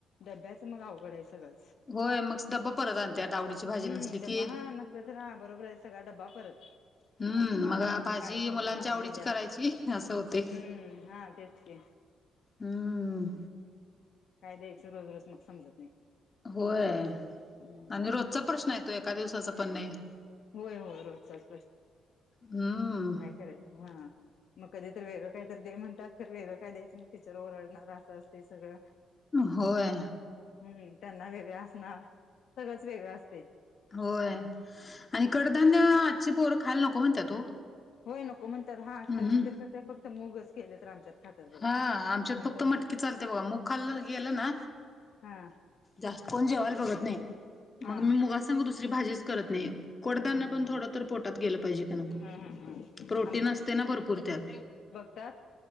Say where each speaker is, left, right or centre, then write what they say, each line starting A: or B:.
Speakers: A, on the left; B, on the left.
A: डब्याच मग अवघडं हाय सगळं.
B: होय मग डब्बा परत आणत्यात आवडीची भाजी
A: हम्म,
B: नसली
A: डब्बा
B: की
A: हा नसल तर हा बरोबर हाय सगळा डब्बा परत.
B: हम्म
A: नको मला
B: मग भाजी
A: हे काय कोणती
B: मुलांच्या
A: भाजी
B: आवडीची
A: दिल्यास.
B: करायची असं होते
A: हम्म, हा तेच कि
B: हम्म
A: काय द्यायच रोज -रोज मग समजत नाही.
B: होय,
A: हम्म
B: आणि रोजचा प्रश्न हाय त एका दिवसाचा पण नाही,
A: होय होय रोजचाच
B: हम्म
A: करायच म, हा मग कधीतर वेगळं काय तर दे म्हणतात खरं वेगळं काय द्यायचं मग टीचर ओरडणार असं असतय सगळं
B: होय
A: हम्म त्यांना वेगळं असणार सगळंच वेगळं असतय.
B: होय, आणि कडधान्य आजची पोर खायला नको म्हणत्यात ओ.
A: होय नको म्हणत्यात हा
B: अहं
A: खाल्ली तर काय कसं फक्त मुगच केलं तर आमच्यात. खातात बघा.
B: हा आमच्यात
A: नाहीतर
B: फक्त
A: मग
B: मटकी चालते बघा मूग खाल्लं गेलं ना
A: हा
B: जास्त कोण जेवायला बघत नाही,
A: हा.
B: मग मी मुगा संग दुसरी भाजीच करत नाही कडधान्य
A: हा हा हा हा
B: पण थोडं तर पोटात गेलं पाहिजे की नको
A: हा हा
B: प्रोटीन असते ना भरपूर त्यात.
A: त्यात